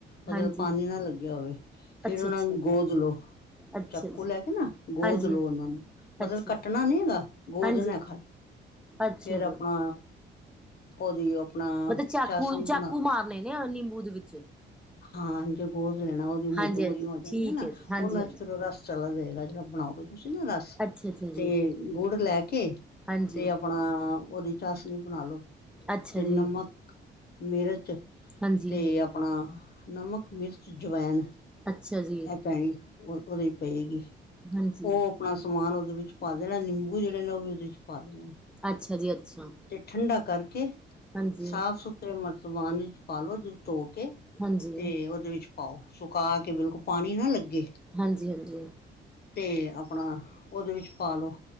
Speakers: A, on the left; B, in the centre.
A: ਮਤਲਬ
B: ਹਾਂਜੀ
A: ਪਾਨਾ ਨਾ ਲੱਗੇਆ ਹੋਵੇ, ਫੇਰ
B: ਅੱਛਾ
A: ਉਨਾ
B: ਅੱਛਾ
A: ਨੂੰ ਗੋਦ ਲੋ।
B: ਅੱਛਾ
A: ਚਾਕੂ
B: ਜੀ
A: ਲੈ ਕੇ ਨਾ ਗੋਦ
B: ਹਾਂਜੀ
A: ਲਓ, ਉਨਾ ਨੂੰ ਮਤਲਬ
B: ਅੱਛਾ
A: ਕੱਟਨਾ
B: ਜੀ
A: ਨੀ ਹੈਗਾ ਗੋਦਨਾ।
B: ਹਾਂਜੀ ਅੱਛਾ
A: ਫੇਰ ਆਪਨਾ
B: ਜੀ
A: ਉਦੀ ਓ ਆਪਨਾ
B: ਮਤਲਬ ਚਾਕੂ
A: ਚਾਸ਼ਨੀ
B: ਚਾਕੂ
A: ਬਨਾ
B: ਮਾਰਨੇ ਨੇ ਨਿੰਬੂ ਦੇ ਵਿੱਚ
A: ਹਾਂ ਜੇ ਗੋਦ ਲੈਨੀ ਉਦੀ ਮੂਰੀਆਂ-
B: ਹਾਂਜੀ
A: ਮੂਰੀਆਂ
B: ਹਾਂਜੀ
A: ਹੋ ਜਾਨੀਆਂ
B: ਠੀਕ
A: ਨਾ,
B: ਹੈ ਜੀ ਹਾਂਜੀ
A: ਉਨਾ
B: ਹਾਂਜੀ
A: ਚ ਫੇਰ ਓ ਰਸ ਚਲਾ ਜਾਏਗਾ ਜਿਹੜਾ ਬਨਾਓਗੇ, ਤੁਸੀਂ ਨਾ ਰਸ
B: ਅੱਛਾ ਅੱਛਾ ਜੀ
A: ਤੇ ਗੁੜ ਲੈ ਕੇ
B: ਹਾਂਜੀ
A: ਤੇ ਆਪਨਾ ਉਦੀ ਚਾਸਨੀ ਬਨਾ ਲੋ,
B: ਅੱਛਾ
A: ਤੇ
B: ਜੀ
A: ਨਮਕ, ਮਿਰਚ
B: ਹਾਂਜੀ
A: ਤੇ
B: ਹਾਂਜੀ
A: ਆਪਨਾ ਨਮਕ, ਮਿਰਚ, ਜਵੈਂਨ
B: ਅੱਛਾ ਜੀ।
A: ਏਅ ਪੈਨੀ, ਓ ਉਦੇ ਚ ਪਏਗੀ
B: ਹਾਂਜੀ
A: ਓ ਆਪਨਾ ਸਮਾਨ ਉਦੇ ਵਿੱਚ ਪਾ ਦੇਨਾ, ਨਿੰਬੂ ਜੇੜੇ ਨੇ ਓ ਵੀ ਉਦੇ ਵਿੱਚ ਪਾ ਦੇਨੇ ਨੇ।
B: ਅੱਛਾ ਜੀ ਅੱਛਾ
A: ਤੇ ਠੰਡਾ ਕਰਕੇ
B: ਹਾਂਜੀ
A: ਸਾਫ-ਸੁਥਰੇ ਮਰਤਵਾਨ ਵਿੱਚ ਪਾ ਲੋ, ਜੇ ਤੋਪ ਕੇ
B: ਹਾਂਜੀ
A: ਤੇ ਉਦੇ ਵਿੱਚ ਪਾਓ, ਸੁਕਾ ਕੇ ਬਿਲਕੁਲ ਪਾਨੀ ਨਾ ਲੱਗੇ।
B: ਹਾਂਜੀ-ਹਾਂਜੀ।
A: ਤੇ ਆਪਣਾ ਉਹਦੇ ਵਿੱਚ ਪਾਲੋ